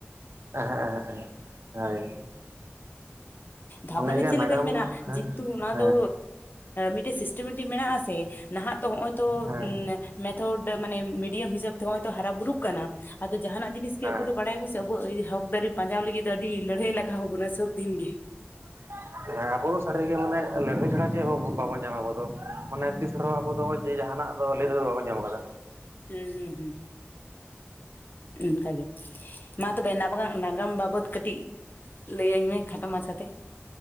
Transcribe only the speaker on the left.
ᱫᱷᱟᱯ
ᱢᱟᱱᱮ ᱪᱮᱫ
ᱞᱮᱠᱟᱧ ᱢᱮᱱᱟ
ᱡᱮᱦᱮᱛᱩ ᱚᱱᱟ
ᱫᱚ ᱢᱤᱫᱴᱮᱡ ᱥᱤᱥᱴᱮᱢᱮᱴᱤ ᱢᱮᱱᱟᱜᱼ ᱟ ᱥᱮ ᱱᱟᱦᱟᱸᱜ ᱛᱚ ᱱᱚᱜ-ᱚᱭ ᱛᱚ
ᱢᱮᱛᱷᱚᱰ ᱢᱟᱱᱮ ᱢᱤᱰᱤᱭᱟᱢ ᱦᱤᱥᱟᱹᱵᱽ ᱱᱚᱜᱼᱚᱭ ᱦᱟᱨᱟ ᱵᱩᱨᱩᱜ ᱠᱟᱱᱟ ᱟᱫᱚ ᱡᱟᱦᱟᱱᱟᱜ ᱡᱤᱱᱤᱥ
ᱟᱵᱚ ᱫᱚ ᱵᱟᱲᱟᱭ ᱵᱚᱱ ᱥᱮ ᱟᱵᱚ ᱦᱚᱠ ᱫᱟᱹᱨᱮ ᱯᱟᱸᱡᱟᱣ ᱞᱟᱹᱜᱤᱫ ᱫᱚ ᱟᱹᱰᱤ ᱞᱟᱹᱲᱦᱟᱹᱭ ᱞᱟᱜᱟᱣ ᱵᱚᱱᱟ ᱥᱚᱵᱫᱤᱱ ᱜᱮ
ᱦᱮᱸ ᱦᱩᱸ ᱦᱩᱸ ᱚᱱᱠᱟᱜᱮ ᱢᱟ ᱛᱚᱵᱮ ᱱᱟᱵᱜ ᱱᱟᱜᱟᱢ ᱵᱟᱵᱚᱫ ᱠᱟᱹᱴᱤᱡᱽ ᱞᱟᱹᱭᱟᱹᱧ ᱢᱮ ᱠᱷᱟᱴᱚ ᱢᱟᱪᱷᱟ ᱛᱮ᱾